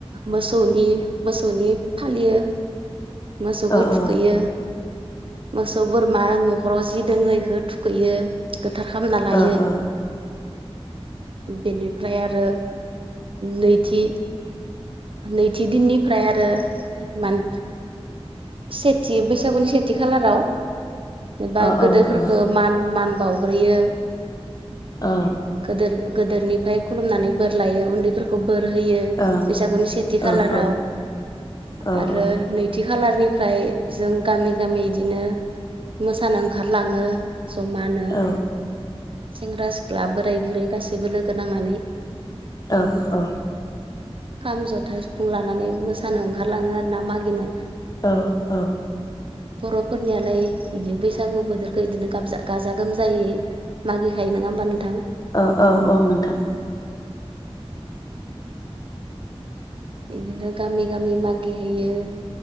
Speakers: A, on the right (about 55°); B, on the left (about 35°).
A: मोसौनि मोसौनि फालियो मोसौखौ
B: ओ ओ
A: थुखैयो मोसौ बोरमा न'खराव जि दोङो बेखौ थुखैयो गोथार खालामना लायो
B: ओ ओ
A: बेनिफ्राय आरो नैथि नैथि दिननिफ्राय आरो मान सेथि बैसागुनि सेथि खालाराव एबा
B: ओ
A: गोदोरफोरखौ
B: ओ ओ
A: मान मान बावग्रोयो
B: ओ
A: गोदोर गोदोरनिफ्राय खुलुमनानै बोर लायो उन्दैफोरखौ बोर होयो
B: औ
A: बैसागुनि सेथि
B: औ
A: खालार आरो
B: ओ औ औ
A: नैथि खालारनि ओमफ्राय जों गामि गामि बिदिनो मोसानो ओंखारलाङो जमानो
B: औ
A: सेंग्रा सिख्ला बोराय बुरै गासैबो लोगो नांनानै
B: औ औ
A: खाम जथा सिफुं लानानै मोसानो ओंखारलाङो आरो ना मागिनो
B: औ औ
A: बर'फोरनियालाय बिदिनो बैसागु बोथोरखौ बिदिनो गाबजा गाजा गोमजायै मागि नाय नङा होमबा नोंथां
B: ओ औ औ नोंथां
A: बिदिनो गामि गामि मागिहैयो